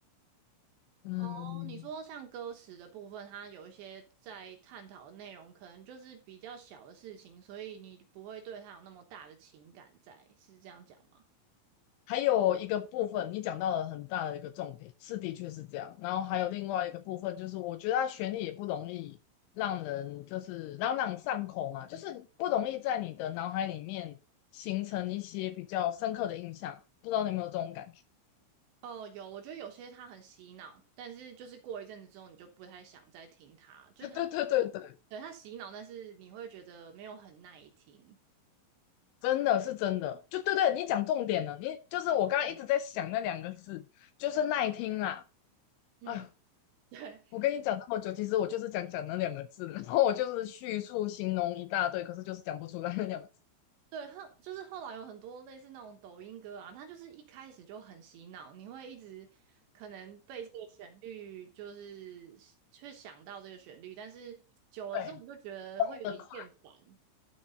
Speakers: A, on the left (about 80°); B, on the right (about 70°).
A: 嗯，
B: 哦，你说像歌词的部分，它有一些在探讨的内容，可能就是比较小的事情，所以你不会对它有那么大的情感在，是这样讲吗？
A: 还有一个部分，你讲到了很大的一个重点，是的确是这样。然后还有另外一个部分，就是我觉得它旋律也不容易让人就是朗朗上口嘛，就是不容易在你的脑海里面形成一些比较深刻的印象。不知道你有没有这种感觉？
B: 哦，有，我觉得有些他很洗脑，但是就是过一阵子之后，你就不太想再听他，
A: <laughs>
B: 就是他忽然，
A: 对对对对，
B: 对，他洗脑，但是你会觉得没有很耐听。
A: 真的是真的，就对对，你讲重点了。你就是我刚刚一直在想那两个字，就是耐听啦。
B: 嗯，
A: 哎，
B: 对
A: 我跟你讲这么久，其实我就是想讲那两个字，然后我就是叙述形容一大堆，可是就是讲不出来那两个字。
B: 对，后就是后来有很多类似那种抖音歌啊，它就是一开始就很洗脑，你会一直可能被这个旋律就是去想到这个旋律，但是久了之后你就觉得会有点厌烦
A: 对，快，忘得快